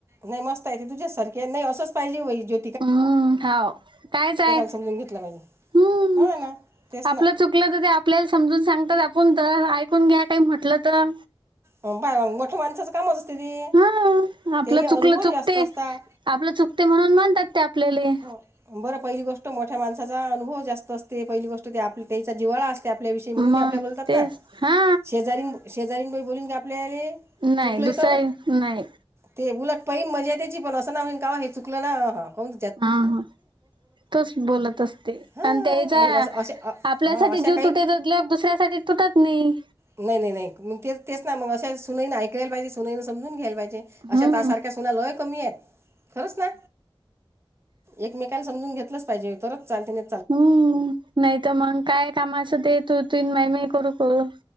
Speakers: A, on the right (about 25°); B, on the right (about 55°).
A: नाही मस्त आहे ती तुझ्यासारखे नाही असंच पाहिजे बाई जो
B: उम्म हाव कायच आहे
A: समजून घेतलं पाहिजे
B: हम्म
A: हो ना तेच ना
B: आपलं चुकी कलं तर ते आपल्याला समजून सांगतात आपुन त्या ऐकून घ्या काही म्हटलं तर.
A: ओम भावन मोट्या भावनाचाच कामच असते ते
B: हा आपलं
A: त्याइले अनुभव
B: चुकलं चुकते
A: जास्त असता.
B: आपलं चुकते म्हणून म्हणतात ते आपल्याले.
A: हं. बरं पहिली गोष्ट मोठ्या माणसाचा अनुभव जास्त असते पहिली गोष्ट ते आप त्याचा जिवाळा अस ते आपल्या विषयी म्हणून
B: मग
A: ते आपल्या बोलतात
B: तेच
A: ना
B: हा
A: शेजारीन शेजारीन बाई बोलीन का आपल्याला
B: नाही
A: चुकलय
B: दुसरा
A: तर.
B: नाही
A: ते उलट पाईन मजा त्याची पण असं ना होईन का हे चुकलं ना हा कौन
B: हा हा तोच बोलत असते
A: हां
B: आणि त्याज्या
A: मग असं
B: आप
A: अशा अ-
B: आपल्यासाठी
A: हां अशा
B: जीव
A: काही
B: तुटेत दुसऱ्यासाठी तुटत नाही.
A: नाही नाही नाही ते तेच ना मग अशा सुनईनं ऐकायला पाहिजे सुनईनं समजून घ्यायला पाहिजे अशा
B: हम्म
A: त्या सारख्या त्याला लय कमी आहेत खरच ना. एकमेकाला समजून घेतलंच पाहिजे तरच चालते ना
B: हम्म नाही तर मंग काय कामाचा ते तु तिन मय मय करू. <unintelligible>